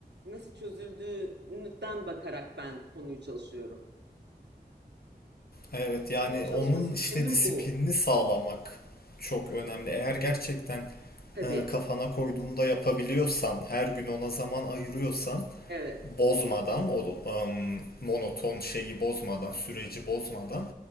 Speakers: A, on the right; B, on the left.
A: nasıl çözüldüğünden bakarak ben konuyu çalışıyorum.
B: Evet yani
A: Benim çalışma
B: onun
A: sistemim
B: işte disiplinini
A: bu
B: sağlamak çok önemli. Eğer gerçekten
A: tabii.
B: e, kafana koyduğunda yapabiliyorsan, her gün ona zaman ayırıyorsan,
A: Evet.
B: bozmadan o em, monoton şeyi bozmadan, süreci bozmadan